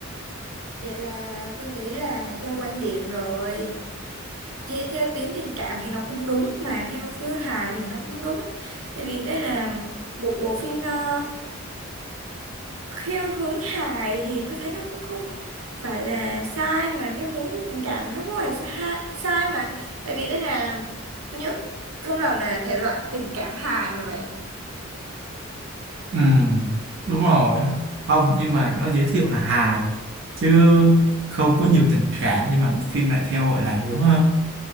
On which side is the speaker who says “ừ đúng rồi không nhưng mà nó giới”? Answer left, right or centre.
Right